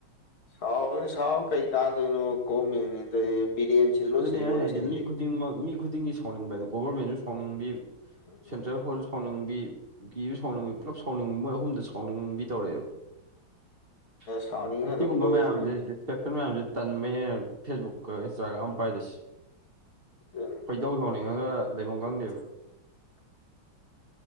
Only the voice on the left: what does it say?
ꯁꯥꯎꯔꯨꯅꯨ ꯁꯥꯎ ꯀꯩ ꯀꯥꯟꯗꯩꯅꯣ ꯒꯣꯔꯃꯦꯟ ꯅꯦꯅ ꯇꯧꯔꯤꯖꯦ ꯕꯤꯔꯦꯟ ꯁꯤꯜꯂꯣ
ꯁꯤꯜꯂꯣꯅ
ꯁꯤꯜꯂꯤ
ꯎꯝ
ꯁꯥꯎꯅꯤꯡꯉ
ꯑꯗꯨꯝ ꯂꯣꯏꯗꯣꯏꯅꯤ
ꯑꯗꯨꯅꯤ
<inaudible>